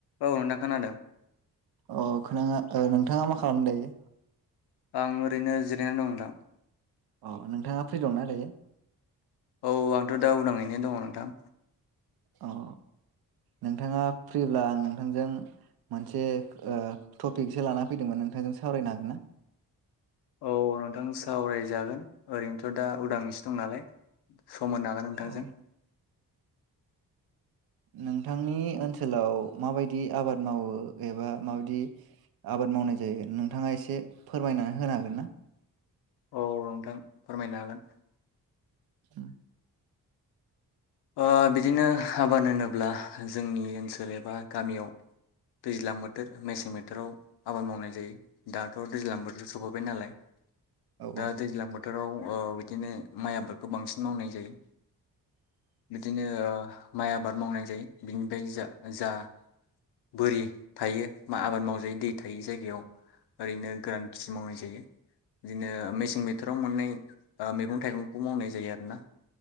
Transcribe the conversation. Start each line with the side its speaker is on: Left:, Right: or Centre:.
Left: औ नोंथां खोनादों
Right: अ खोनाङा नोंथाङा मा खालामदो दायो
Left: आं ओरैनो जिरायनानै दं नोंथां
Right: अ नोंथाङा फ्रि दंनाा दायो
Left: औ आंथ' दा उदाङैनो दङ नोंथां
Right: औ नोंथाङा फ्रिब्ला आं नोंथांजों मोनसे टपिकसो ला फैदोंमोन नोंथांजों सावरायनो हागोन ना
Left: औ नोंथां सावरायजागोन ओरैनोथ' दा उदां‌‌सो दं नालाय सम होनो हागोन नोंथांजों
Right: औ नोंथांनि ओनसोलाव माबायदि आबाद मावो एबा माबायदि आबाद मावनाय जायो नोंथाङा एसे फोरमायनानै होनो हागोन ना
Left: औ नोंथां फोरमायनो हागोन
Right: अम
Left: ओ बिदिनो आबाद होनोब्ला जोंनि ओनसोल एबा गामियाव दैज्लां बोथोर मेसें बोथोराव आबाद मावनाय जायो दाथ' दैज्लां बोथोर सफैबाय नालाय
Right: औ औ
Left: दा दैज्लां बो बोथोराव ओ बिदिनो माइ आबादखौ बांसिन मावनाय जायो बिदिनो ओ माइ आबाद मावनाय जायो बिनिफ्राय जा जा बोरि थायो बा आबाद मावजायो दै थायो जायगायाव ओरैनो गोरान खेथि मावनाय जायो बिदिनो मेसें मे फोथोराव मोननाय ओ मैगं थाइगं बेखौ मावनाय जायो आरो ना?